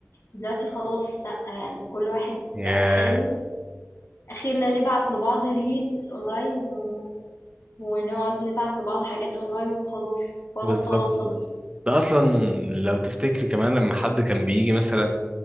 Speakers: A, on the left (about 80°); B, on the right (about 20°).
A: دلوقتي خلاص لأ يعني كل واحد
B: يا
A: بقى في حاله أخيرا نبعت لبعض ريلز أونلاين و... ونقعد نبعت لبعض حاجات أونلاين وخلاص هو
B: بالظبط
A: ده التواصل
B: ده اصلا لو تفتكري كمان لما حد كان بيجي مثلا